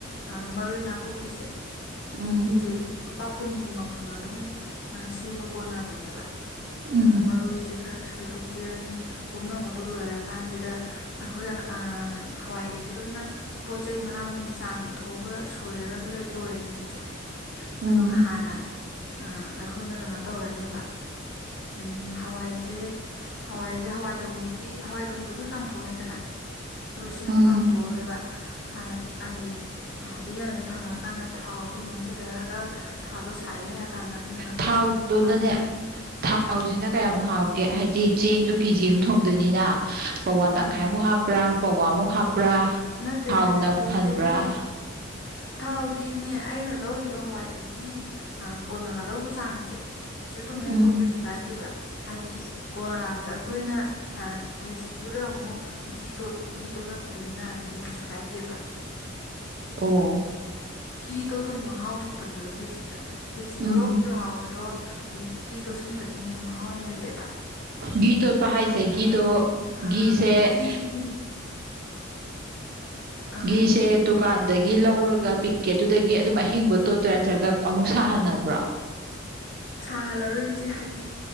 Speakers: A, on the left (about 60°); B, on the right (about 45°).
A: ꯑ ꯃꯔꯣꯏ ꯅꯥꯀꯨꯞꯄꯤꯖꯦ
B: ꯎꯝ
A: ꯁꯤꯖꯦ ꯂꯨꯄꯥ ꯀꯨꯟꯒꯤ ꯃꯄꯨꯟ ꯑꯗꯨꯝ ꯑ ꯁꯦꯝꯕ ꯀꯣꯟꯅꯕꯅꯦꯕ ꯑꯗꯨꯅ
B: ꯎꯝ
A: ꯃꯔꯣꯏꯖꯦ ꯈꯔ ꯁꯣꯏꯗꯣꯛ ꯄꯤꯔꯅꯤ ꯄꯨꯝꯅꯃꯨꯛꯇꯨ ꯂꯣꯏꯔꯀꯥꯟꯖꯤꯗ ꯑꯩꯈꯣꯏ ꯑ ꯍꯋꯥꯏꯒꯩꯖꯦ ꯂꯣꯏꯅ ꯄꯣꯠ ꯆꯩ ꯃꯅꯥ ꯃꯁꯤꯡꯁꯦ ꯆꯥꯝꯊꯣꯛꯑꯒ ꯁꯣꯏꯔꯒ ꯂꯣꯏꯔꯦꯗꯅꯦ ꯏꯆꯦ
B: ꯎꯝ
A: ꯑꯗꯨꯒ ꯍꯥꯟꯅ ꯑ ꯑꯩꯈꯣꯏꯅ ꯀꯩꯅꯣ ꯇꯧꯔꯅꯦꯕ ꯎꯝ ꯍꯋꯥꯏꯁꯦ ꯍꯋꯥꯏꯁꯦ ꯍꯋꯥꯏ ꯊꯣꯡꯕꯒꯤ ꯍꯋꯥꯏ ꯊꯣꯡꯕꯒꯤ ꯑꯩꯈꯣꯏ ꯀꯥꯝꯊꯣꯛꯅꯩꯗꯅ ꯑꯗ ꯁꯤꯅ
B: ꯎꯝ
A: ꯑꯃꯨꯛ ꯀꯥꯝꯊꯣꯛꯑꯔꯣꯏꯕ ꯍꯥꯟꯅ ꯍꯥꯏꯗꯤ ꯎꯌꯥꯟꯗ ꯊꯥꯡꯅꯔꯀꯥꯟꯗ ꯊꯥꯎ ꯊꯥꯎꯗꯣ ꯑꯃꯨꯛ ꯍꯩꯖꯤꯜꯂꯒ ꯊꯥꯗꯣ ꯁꯥꯔꯦ ꯍꯥꯏꯔ ꯀꯥꯟꯗ ꯑꯩꯈꯣꯏꯅ ꯉꯁꯥꯏ
B: ꯊꯥꯎꯗꯨꯣꯅꯅꯦ
A: ꯁꯦꯝꯈꯤꯕ
B: ꯊꯥꯎꯁꯤꯅ
A: ꯎꯝ
B: ꯀꯌꯥꯃꯨꯛ ꯍꯥꯎꯀꯦ ꯍꯥꯏꯗꯤ ꯆꯦꯡꯗꯣ ꯀꯦꯖꯤ ꯑꯃ ꯊꯣꯡꯗꯣꯏꯅꯤꯅ ꯄꯋꯥ
A: ꯎꯝ
B: ꯇꯪꯈꯥꯏꯃꯨꯛ ꯍꯥꯞꯄ꯭ꯔꯥ ꯄꯋꯥꯃꯨꯛ ꯍꯥꯞꯄ꯭ꯔꯥ
A: ꯅꯠꯇꯦꯅꯦ
B: ꯊꯥꯎ
A: ꯅꯠꯇꯦ
B: ꯅꯝꯍꯟꯕ꯭ꯔꯥ
A: ꯏꯆꯦ ꯍꯥꯏꯗꯤ ꯊꯥꯎꯗꯤꯅꯦ ꯑꯩꯅ ꯂꯧꯔꯤꯕ ꯍꯋꯥꯏꯗꯨꯒꯤ ꯑ ꯀꯣꯟꯅꯒꯗꯧꯕ ꯆꯥꯡꯁꯦ ꯁꯤꯗ ꯑꯗꯨꯝ ꯍꯩꯕ
B: ꯎꯝ
A: ꯀꯩꯁꯨ ꯀꯥꯏꯗꯦꯕ ꯍꯥꯏꯗꯤ ꯀꯣꯟꯅ ꯂꯁꯇ ꯑꯩꯈꯣꯏꯅ ꯍꯥ ꯈꯦꯆꯗꯨꯗ ꯑꯃꯨꯛ ꯘꯤ ꯘꯤ ꯇꯣꯂꯛ ꯗꯨꯅꯤꯅ ꯑꯗꯨꯝ ꯀꯩꯁꯨ ꯀꯥꯏꯗꯦꯕ
B: ꯑꯣ
A: ꯒꯤ ꯇꯣꯄꯟ ꯃꯍꯥꯎ ꯊꯣꯛꯄꯅꯦꯕ ꯈꯦꯆꯤꯗ ꯈꯦꯆꯤ
B: ꯎꯝ
A: ꯑꯣꯏꯔꯣ ꯄ꯭ꯂꯥꯎ ꯑꯣꯏꯔꯣ ꯒꯤ ꯇꯣꯠꯁꯟꯕꯁꯤꯅ ꯍꯦꯟꯅ ꯃꯍꯥꯎ ꯂꯩꯍꯜꯂꯦꯕ
B: ꯘꯤ ꯇꯣꯠꯄ ꯍꯥꯏꯁꯦ
A: ꯑꯅ
B: ꯘꯤꯗꯣ ꯘꯤꯁꯦ
A: ꯑ ꯒꯤꯖꯤꯗꯤ ꯑꯥ
B: ꯒꯤꯁꯦ
A: ꯍꯥꯏꯕꯤꯌꯨ ꯏꯆꯦ
B: ꯇꯨ ꯀꯥꯟꯗꯩ ꯒꯤ ꯂꯧꯔꯒ ꯄꯤꯀꯦꯠꯇꯨꯗꯒꯤ ꯑꯗꯨꯝ ꯑꯍꯤꯡꯕ ꯇꯣꯠꯇ꯭ꯔꯥ ꯅꯠꯇ꯭ꯔꯒ ꯑꯃꯨꯛ ꯁꯥꯍꯟꯅꯕ꯭ꯔꯣ
A: ꯁꯥꯍꯜꯂꯔꯣꯏ ꯏꯆꯦ ꯍꯥꯏꯗꯤ